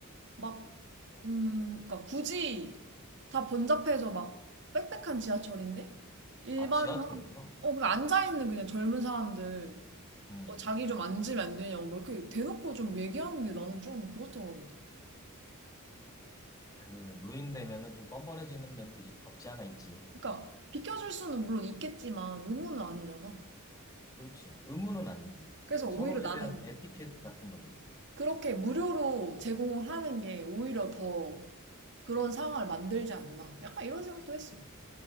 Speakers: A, on the right; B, on the left.
A: 막, 음, 그니까 굳이 다 번잡해서 막 빽빽한 지하철인데? 일반
B: 아, 지하철에서?
A: 사람, 어, 그 앉아있는 그냥 젊은 사람들,
B: 응.
A: 어, 자기 좀 앉으면 안 되냐고, 뭐 이렇게 대놓고 좀 얘기하는데 나는 좀 그렇더라고.
B: 그, 노인 되면은 좀 뻔뻔해지는 면도 있- 없지 않아 있지.
A: 그니까, 러 비켜줄 수는 물론 있겠지만, 의무는 아니잖아.
B: 그렇지. 의무는 아니지.
A: 그래서
B: 그냥
A: 오히려
B: 서로에
A: 나는
B: 대한 에티켓 같은 거지.
A: 그렇게 무료로 제공을 하는 게 오히려 더 그런 상황을 만들지 않나. 약간 이런 생각도 했어.